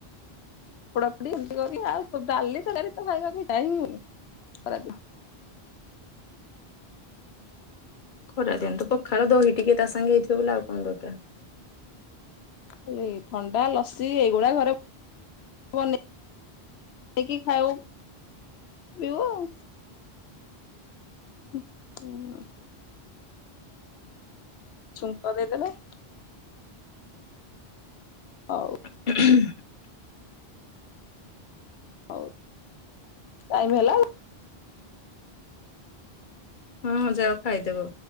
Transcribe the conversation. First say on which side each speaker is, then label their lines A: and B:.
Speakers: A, on the left (about 80°); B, on the left (about 50°).
A: ପୋଡାପୁଡ଼ି ଏମିତି କର ଆଉ ଡାଲି ତରକରି ଖାଇବାକୁ ଇଛାହିଁ ହଉନି ଖରାଦିନେ।
B: ଖରା ଦିଅନ୍ତୁ ପଖାଳ ଦହି ଟିକେ ତା ସାଙ୍ଗେ ହେଇଥିବ ବେଲେ ଆଉ କଣ ଦରକାର।
A: ଖାଲି ଥଣ୍ଡା ଲସି ଏଇଗୁଡା ଘରେ କୁହନି ଦେଇକି -ଖାଇବ- ପିଉ ଆଉ। ହୁଁ। ଛୁଙ୍କ ଦେଇଦେବେ ହଉ।
B: ହଁ <inaudible>
A: ହଉ। ଟାଇମ ହେଲାଉ
B: ହଁ ହଁ ଯାହା ଖାଇଦବ?